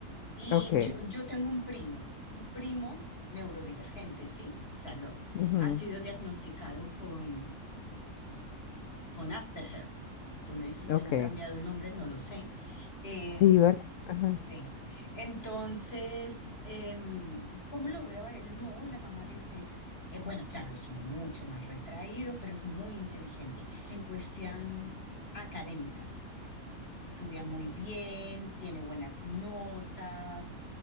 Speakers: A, on the left (about 45°); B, on the left (about 70°).
A: Y
B: Ok.
A: yo, yo tengo un primo, un primo neurodivergente, ¿sí? O sea, lo,
B: ujú,
A: ha sido diagnosticado con con Asperger. Tú me dices
B: ok.
A: que le han cambiado el nombre, no lo sé. Eh,
B: Sí, vale. ajá.
A: sí. Entonces, em, ¿cómo lo veo a él? No, la mamá dice, eh, bueno, claro, es mucho más retraído, pero es muy inteligente en cuestión académica. Estudia muy bien, tiene buenas notas,